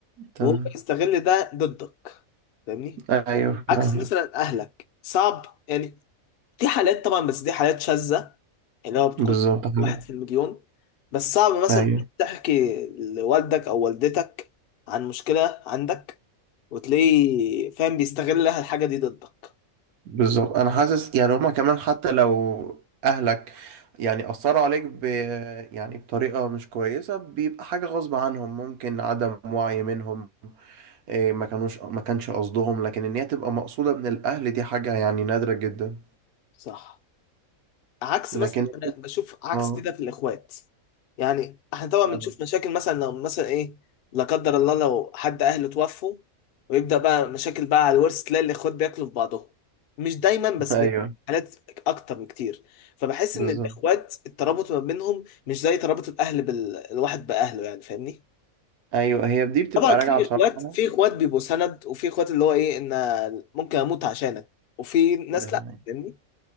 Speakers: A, on the right; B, on the left.
A: تمام
B: وهو يستغل ده ضدك فاهمني؟
A: ايوه فاهمك
B: عكس مثلا اهلك صعب يعني في حالات طبعا بس دي حالات شاذة يعني هو بتكون
A: بالظبط كده.
B: واحد في المليون بس صعب مثلا
A: ايوه
B: تحكي لوالدك او والدتك عن مشكلة عندك وتلاقيه فاهم بيستغل الحاجة دي ضدك
A: بالظبط انا حاسس يعني هما كمان حتى لو اهلك يعني اثروا عليك ب يعني بطريقه مش كويسه بيبقى حاجه غصب عنهم ممكن عدم وعي منهم إيه ما كانوش ما كانش قصدهم لكن ان هي تبقى مقصوده من الاهل دي حاجه يعني نادره جدا
B: صح عكس
A: لكن
B: مثلا انا بشوف عكس
A: اه
B: كده في الاخوات يعني احنا طبعا بنشوف
A: آه.
B: مشاكل مثلا لو مثلا ايه لا قدر الله لو حد اهله توفوا ويبدا بقى مشاكل بقى على الورث تلاقي الاخوات بياكلوا في بعضهم مش دايما بس
A: ايوه
B: بت- حالات اكتر بكتير فبحس
A: بالظبط
B: ان الاخوات الترابط ما بينهم مش زي ترابط الاهل بالواحد باهله يعني فاهمني
A: ايوه هي دي بتبقى
B: طبعا في
A: راجعه بصراحه
B: اخوات في اخوات بيبقوا سند وفي اخوات اللي هو ايه ان ممكن اموت عشانك وفي ناس
A: ده حقيقي.
B: لا فاهمني